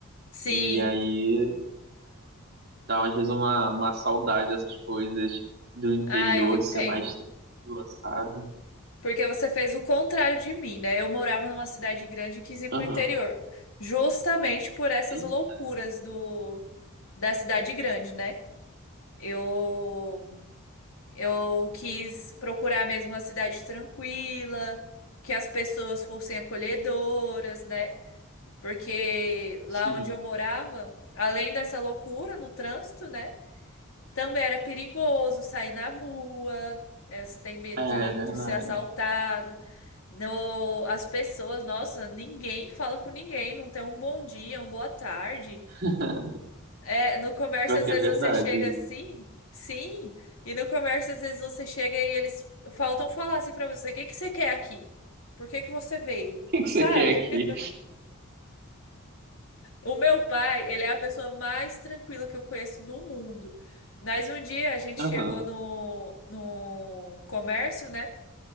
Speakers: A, on the left; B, on the right.
A: Sim,
B: E aí dá às vezes uma, uma saudade dessas coisas do interior
A: ah, eu entendo.
B: de ser mais tranquila, sabe?
A: Porque você fez o contrário de mim, né? Eu morava numa cidade grande e quis ir pro
B: Aham.
A: interior, justamente por essas
B: Eita,
A: loucuras do da cidade grande, né? Eu eu quis procurar mesmo uma cidade tranquila, que as pessoas fossem acolhedoras, né? Porque lá
B: sim.
A: onde eu morava, além dessa loucura no trânsito, né? Também era perigoso sair na rua, eh, você tem medo
B: É
A: de,
B: verdade.
A: de ser assaltado. No, as pessoas, nossa, ninguém fala com ninguém, não tem um bom dia, um boa tarde.
B: <laughs>
A: É, no comércio,
B: Pior
A: às
B: que
A: vezes
B: é verdade.
A: você chega assim,
B: O
A: sim, e no comércio, às vezes você chega e eles faltam falar assim pra você: o que que você quer aqui? Por que que você veio?
B: que que
A: Sabe?
B: você quer aqui?
A: <laughs> O meu pai, ele é a pessoa mais tranquila que eu conheço no mundo. Mas um dia a gente
B: Aham,
A: chegou no, no comércio, né?